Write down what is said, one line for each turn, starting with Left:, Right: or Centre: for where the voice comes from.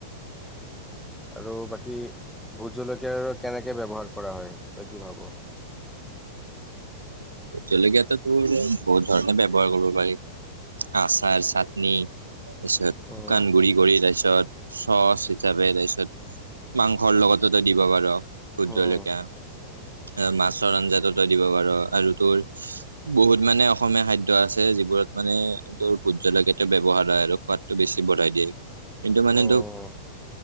Centre: আৰু বাকী ভোত জলকী তেঅৰ কেনেক ব্যৱহাৰ কৰা হয় তই কি ভাব
Right: ভুট জলকীয়াটো তোৰ বহুত ধৰণে ব্যৱহাৰ কৰিব পাৰি আচাৰ চাটনি তাৰপিছত
Centre: উম
Right: শুকান গুৰি কৰি তাৰপিছত চচ হিচাপে তাৰপিছত মাংসৰ লগতো তই দিব পাৰ ভোট
Centre: উম
Right: জলকীয়া আ মাছৰ আঞ্জাতো তই দিব পাৰ আৰু তোৰ বহুত মানে অসমীয়া খাদ্য আছে যিবোৰত মানে তোৰ ভোট জলকীয়াটো ব্যবহাৰ হয় আৰু সোৱাদটো বেছি বঢ়াই দিয়ে কিন্তু মানে
Centre: উম
Right: তোক